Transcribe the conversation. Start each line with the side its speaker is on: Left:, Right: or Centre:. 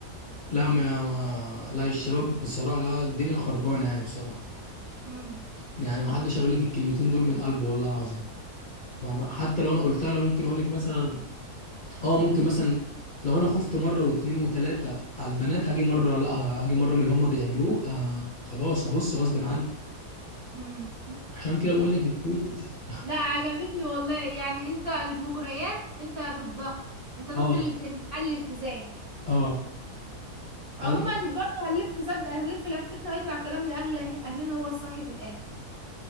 Left: لا ما, ما لا الشباب بصراحه لا الدنيا خربانه يعني بصراحه
Right: امم
Left: يعني ما حدش هيقول لك الكلمتين دول من قلبه والله العظيم فحتى لو انا قلتها انا ممكن اقول لك مثلا اه ممكن مثلا لو انا خفت مره واتنين وتلاته على البنات هاجي مره لا هاجي مره من اللي هم بيعملوه آه خلاص هبص غصب عني
Right: امم
Left: عشان كده بقول لك مفيش
Right: لا عجبتني والله يعني انت المغريات انت ضدها
Left: <laughs>
Right: انت ضد
Left: اه
Right: الالت- انتماء الالتزام
Left: اه
Right: عموما
Left: انا
Right: برضه هنلف صدق هنلف لفتنا وهيطلع كلام لاهل اهلنا هو الصح في الاخر